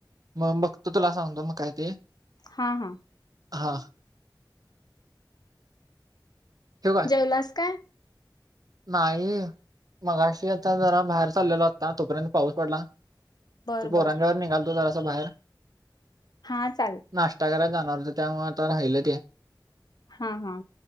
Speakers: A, on the right; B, on the left.
A: मग बघ तो तुला सांगतो मग काय ते
B: हा हा
A: हा ठेवू काय
B: जेवलास काय
A: नाही मगाशी आता जरा बाहेर चाललेला होता तोपर्यंत पाऊस पडला ते
B: बर बर.
A: पोरांच्यावर निघालतो जरासा बाहेर
B: हा चालेल
A: नाश्ता करायला जाणार त्यामुळे आता राहिलं ते
B: हा हा